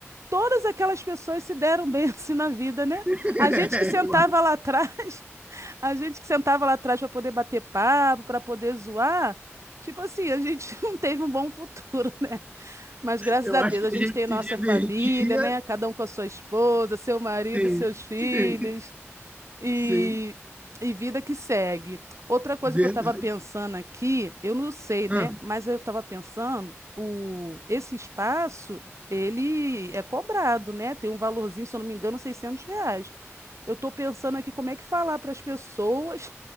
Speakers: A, on the right (about 75°); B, on the right (about 25°).
A: todas aquelas pessoas se deram bem <laughs> assim na vida, né?
B: <laughs>
A: A gente
B: É,
A: que sentava
B: eu acho,
A: lá atrás, <laughs> a gente que sentava lá atrás para poder bater papo, para poder zoar, tipo assim, a gente <laughs> não teve um bom futuro, né? Mas graças
B: eu
A: a
B: acho
A: Deus
B: que
A: a gente
B: a gente
A: tem
B: se
A: nossa
B: divertia.
A: família, né? Cada um com a sua esposa, seu marido,
B: Sim,
A: seus filhos.
B: sim,
A: E,
B: sim,
A: e vida que segue. Outra coisa
B: verdade.
A: que eu estava pensando aqui, eu não sei, né?
B: Ah,
A: Mas eu estava pensando, o, esse espaço, ele é cobrado, né? Tem um valorzinho, se eu não me engano, 600 reais. Eu estou pensando aqui como é que falar para as pessoas